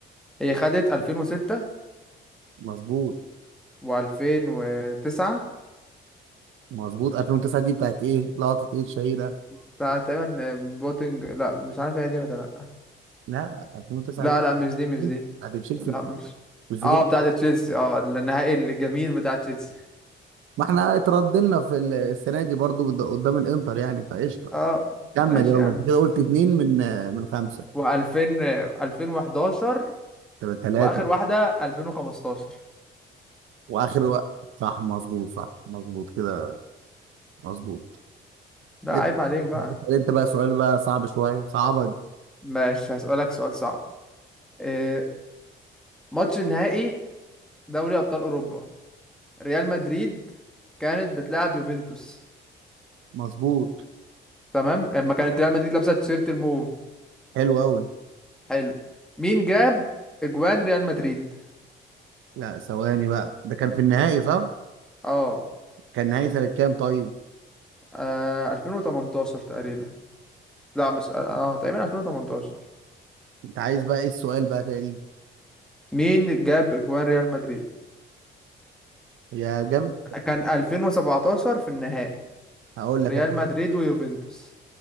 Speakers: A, in the centre; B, on the right.
A: هي خدت 2006
B: مظبوط
A: و2009
B: مظبوط 2009 دي بتاعت ايه لقطه ايه الشهيره
A: بتاع تقريبا بوتنج لا مش عارف هي دي ولا لا
B: لا 2009
A: لا
B: دي
A: لا مش دي مش دي
B: هتتشيل
A: لا
B: في
A: مش
B: الفضيحه
A: اه بتاعة تشيلسي اه النهائي الجميل بتاع تشيلسي
B: ما احنا اتردلنا في السنه دي برضو قد- قدام الانتر يعني فقشطه
A: اه
B: كمل
A: ماشي
B: يلا
A: يا عم
B: انت كده قلت اتنين من آه، من خمسة
A: و2000 2011
B: تبقى تلاتة
A: واخر واحدة 2015
B: واخر وقت صح مظبوط صح مظبوط كده مظبوط
A: لا
B: انت
A: عيب عليك بقى
B: انت بقى سؤال بقى صعب شوية صعبة
A: ماشي هسألك سؤال صعب إيه ماتش النهائي دوري أبطال أوروبا ريال مدريد كانت بتلعب يوفنتوس
B: مظبوط
A: تمام اما كانت ريال مدريد لابسة تيشيرت الموف
B: حلو قوي
A: حلو مين جاب اجوان ريال مدريد
B: لا ثواني بقى ده كان في النهائي صح؟
A: اه
B: كان نهائي سنة كام طيب؟
A: آه، 2018 تقريبا لا مش اه تقريبا 2018
B: انت عايز بقى ايه السؤال بقى تاني؟
A: مين جاب اجوان ريال مدريد
B: يا جاب
A: كان 2017 في النهائي
B: هقول لك
A: ريال
B: انا.
A: مدريد ويوفنتوس